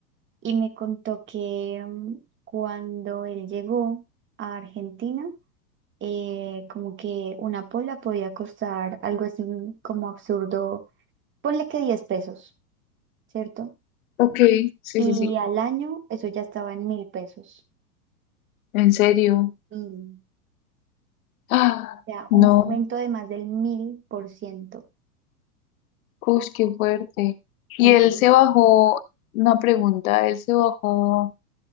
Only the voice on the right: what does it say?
y me contó que mm, cuando él llegó a Argentina, eh, como que una pola podía costar algo así como absurdo, ponle que 10 pesos, ¿cierto?
Y
al año eso ya estaba en mil pesos.
Mm.
O sea,
un aumento de más del mil por ciento.
En-